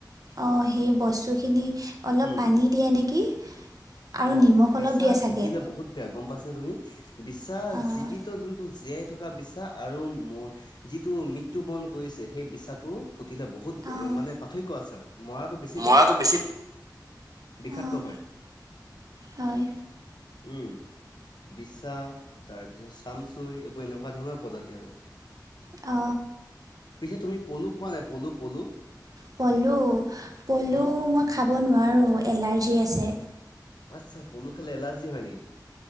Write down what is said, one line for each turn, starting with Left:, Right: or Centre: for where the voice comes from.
Right: অ সেই বস্তুখিনি অলপ
Left: উম।
Right: পানী দিয়ে নেকি। আৰু
Left: অ
Right: নিমখ
Left: বিচাই
Right: অলপ দিয়ে
Left: ফুটিলে
Right: চাগে
Left: বহুত বেয়া। গম পাইছা তুমি? বিচা
Right: অঁ
Left: জীৱিত যোনটো জেঠ থকা বিচা আৰু যিটো মৃত্যু বৰণ কৰিছে সেই বিছাটো ফুটিলে বহুত বেয়া
Right: অঁ
Left: মানে পাৰ্থক্য আছে আৰু মৰাটো বেছি
Right: মৰাটো
Left: বেয়া।
Right: বেছি
Left: বিষাক্ত
Right: অঁ
Left: হয়।
Right: হয়।
Left: উম বিচা তাৰপিছত চামচুই এইবোৰ এনেকুৱা ধৰণৰ প্ৰজাতি আৰু
Right: অ
Left: পিছে তুমি পলু খোৱা নাই পলু পলু।
Right: পলু পলু
Left: উম,
Right: মই খাব নোৱাৰোঁ এলাৰ্জি আছে।
Left: আচ্ছা পলু খালে এলাৰ্জি হয় নেকি?